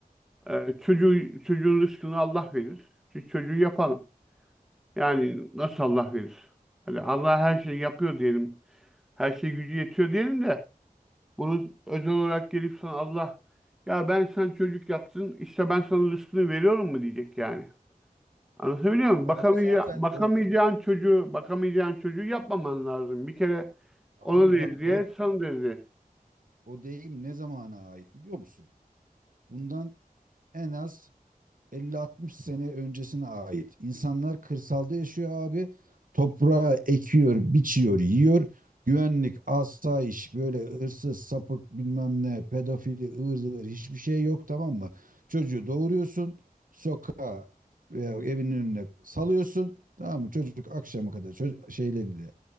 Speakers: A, in the centre; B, on the right.
A: E, çocuğu çocuğun rızkını Allah verir. Şu çocuğu yapalım. Yani nasıl Allah verir? Hani Allah her şeyi yapıyor diyelim. Her şey gücü yetiyor diyelim de bunu özel olarak gelip sana Allah ya ben sen çocuk yaptın işte ben sana rızkını veriyorum mu diyecek yani. Anlatabiliyor muyum?
B: Abi
A: Bakamaya
B: zaten
A: bakamayacağın
B: o
A: çocuğu, bakamayacağın çocuğu yapmaman lazım. Bir kere ona
B: abi
A: da
B: bak
A: eziyet,
B: o
A: sana da eziyet.
B: o deyim ne zamana ait biliyor musun? Bundan en az 50-60 sene öncesine ait. İnsanlar kırsalda yaşıyor abi. Toprağı ekiyor, biçiyor, yiyor. Güvenlik, asayiş, böyle hırsız, sapık bilmem ne, pedofili, ıvır zıvır hiçbir şey yok tamam mı? Çocuğu doğuruyorsun, sokağa veya evinin önüne salıyorsun. Tamam mı? Çocuk akşama kadar çocuk, şeyleriyle,